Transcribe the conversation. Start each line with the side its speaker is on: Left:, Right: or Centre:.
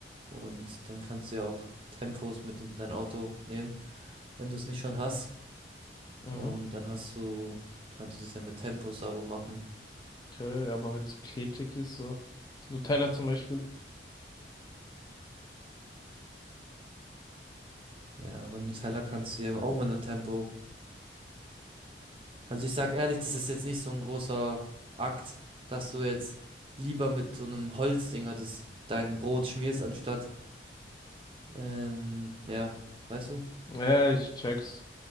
Right: Und dann kannst du ja auch Tempos mit in dein Auto nehmen, wenn du es nicht schon hast.
Left: Mhm,
Right: Und dann hast du, kannst du das ja mit Tempo sauber machen.
Left: okay, aber wenn es klebrig ist, so. Nutella zum Beispiel.
Right: Ja, aber einen Nutella kannst du ja auch mit einem Tempo. Also ich sag ehrlich, das ist jetzt nicht so ein großer Akt, dass du jetzt lieber mit so einem Holzdinger das dein Brot schmierst, anstatt, ähm, ja, weißt du?
Left: Ja, ich check's.